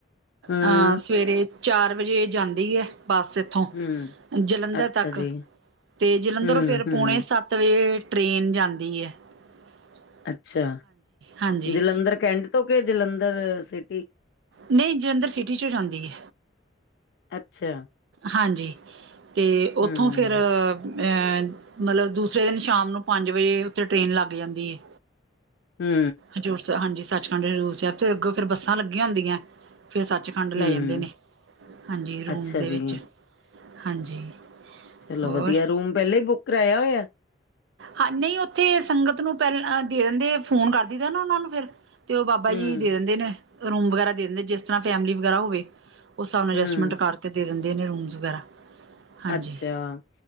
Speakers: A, on the left (about 65°); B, on the right (about 65°).
A: ਹਮ
B: ਹਾਂ ਸਵੇਰੇ ਚਾਰ ਵਜੇ ਜਾਂਦੀ ਹੈ ਬੱਸ। ਥੋਂ
A: ਹਮ
B: ਜਲੰਧਰ
A: ਅੱਛਾ
B: ਤੱਕ
A: ਜੀ।
B: ਤੇ ਜਲੰਧਰ
A: ਹਮ
B: ਫੇਰ
A: ਹਮ
B: ਪੋਣੇ ਸੱਤ ਤਵੇ ਟ੍ਰੇਨ ਜਾਂਦੀ ਐ। <inaudible>
A: ਅੱਛਾ,
B: ਹਾਂਜੀ
A: ਜਲੰਧਰ ਕੈਂਟ ਤੋਂ ਕਿ ਜਲੰਧਰ ਸਿਟੀ?
B: ਨਹੀਂ, ਜਲੰਧਰ ਸਿਟੀ ਚੋਂ ਜਾਂਦੀ ਏ‌।
A: ਅੱਛਾ।
B: ਹਾਂਜੀ, ਤੇ ਓਥੋਂ
A: ਹੂੰ,
B: ਫੇਰ ਅਂ ਮਤਲਬ ਦੂਸਰੇ ਦਿਨ ਸ਼ਾਮ ਨੂੰ ਪੰਜ ਵਜੇ ਉੱਥੇ ਟ੍ਰੇਨ ਲੱਗ ਜਾਂਦੀ ਏ।
A: ਹੂੰ।
B: ਹਜ਼ੂਰ ਸਾ ਹਾਂਜੀ, ਸੱਚਖੰਡ ਹਜ਼ੂਰ ਸੈਬ ਤੇ ਅੱਗੋਂ ਫੇਰ ਬੱਸਾਂ ਲੱਗੀਆਂ ਹੁੰਦੀਐਂ, ਫੇਰ ਸੱਚ ਖੰਡ ਲੈ
A: ਹੂੰ
B: ਜਾਂਦੇ ਨੇ। ਹਾਂਜੀ, ਰੂਮਸ
A: ਅੱਛਾ
B: ਦੇ ਵਿੱਚ
A: ਜੀ,
B: ਹਾਂਜੀ।
A: ਚਲੋ
B: ਹੋਰ
A: ਵਧੀਐ, ਰੂਮ ਪੈਲਾਂ ਈ ਬੁੱਕ ਕਰਾਇਆ ਹੋਇਐ?
B: ਹਾਂ, ਨਹੀਂ ਓਥੇ ਸੰਗਤ ਨੂੰ ਪੈਲ ਦੇ ਦਿੰਦੇ ਐ ਫੋਨ ਕਰਦੀ ਦੈ ਨਾ ਓਹਨਾਂ ਨੂੰ ਫੇਰ। ਤੇ ਓਹ ਬਾਬਾ
A: ਹੂੰ,
B: ਜੀ ਦੇ ਦਿੰਦੇ ਨੇ, ਰੂਮ ਵਗੈਰਾ ਦੇ ਦਿੰਦੇ ਜਿਸ ਤਰ੍ਹਾਂ ਫੈਮਿਲੀ ਵਗੈਰਾ ਹੋਵੇ। ਉਸ ਸਾਬ ਨਾਲ
A: ਹੂੰ
B: ਅਡਜਸਟਮੈਂਟ ਕਰਕੇ ਦੇ ਦਿੰਦੇ ਨੇ ਰੂਮਜ਼ ਵਗੈਰਾ। ਹਾਂਜੀ
A: ਅੱਛਾ,